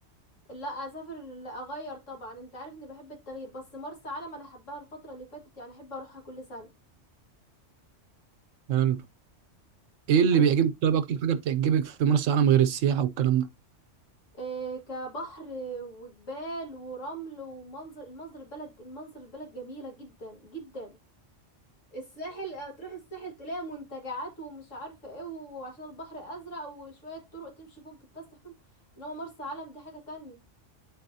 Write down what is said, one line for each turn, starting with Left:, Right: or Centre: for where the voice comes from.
Left: لا اسافر لا اغير طبعا انت عارف اني بحب التغيير بس مرسى علم انا حباها الفترة اللي فاتت يعني احب اروحها كل سنة
Right: يعني ايه
Left: انا
Right: اللي بيعجبك طيب اكتر حاجه بتعجبك في مرسى علم غير السياحه والكلام ده
Left: إيه كبحر وجبال ورمل ومنظر المنظر البلد منظر البلد جميلة جدا جدا الساحل هتروح الساحل تلاقي منتجعات ومش عارفه ايه وعشان البحر ازرق وشويه طرق تمشي فيهم تتفسح فيهم انما مرسى علم دي حاجه تانية